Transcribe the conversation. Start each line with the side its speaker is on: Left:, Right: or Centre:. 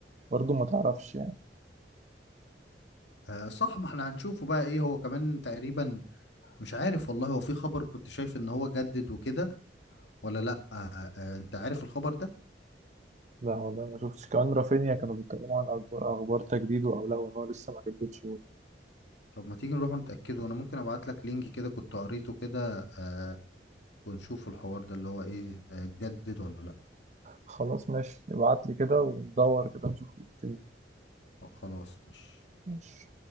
Right: برضه ما تعرفش يعني.
Left: آه صح ما احنا هنشوفه بقى ايه هو كمان تقريبا مش عارف والله هو في خبر كنت شايف ان هو جدد وكده ولا لا آه آه انت عارف الخبر ده
Right: لا والله ما شفتش كمان رافينيا كانوا بيتكلموا عن أخبار أخبار تجديده أو لا وإن هو لسه ما جددش
Left: طب ما تيجي نروح نتأكده انا ممكن ابعت لك لينك كده كنت قريته كده آه ونشوف الحوار ده اللي هو ايه آه جدد ولا لا
Right: خلاص ماشي ابعت لي كده وندور كده نشوف إيه الدنيا
Left: خلاص ماشي
Right: ماشي